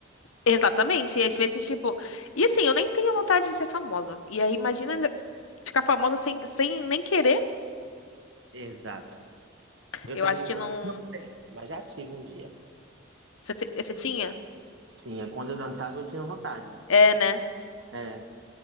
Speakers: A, on the left; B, on the right.
A: exatamente. E às vezes, tipo, e assim, eu nem tenho vontade de ser famosa. E aí, imagina ficar famosa sem, sem nem querer.
B: Exato. Eu
A: Eu
B: também
A: acho que
B: hoje
A: não.
B: não tenho, mas já tive um dia.
A: Você, te- você tinha?
B: Tinha, quando eu dançava eu tinha vontade.
A: É, né?
B: É,